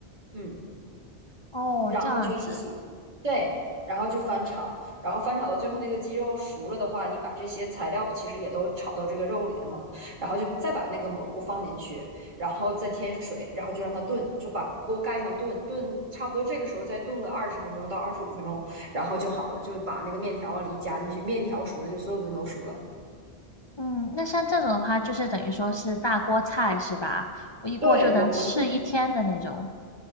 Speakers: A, on the right; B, on the left.
A: 嗯。
B: 哦，
A: 然后就一起，
B: 这样子，
A: 对，然后就翻炒，然后翻炒到最后那个鸡肉熟了的话，你把这些材料其实也都炒到这个肉里了嘛，然后就再把那个蘑菇放进去，然后再添水，然后就让它炖，就把锅盖上炖，炖差不多这个时候再炖个二十分钟到二十五分钟，然后就好了，就把那个面条往里一加进去，面条熟了就所有东西都熟了。
B: 嗯，那像这种的话，就是等于说是大锅菜是吧？我一锅就能吃一天的那种。
A: 对，我们会，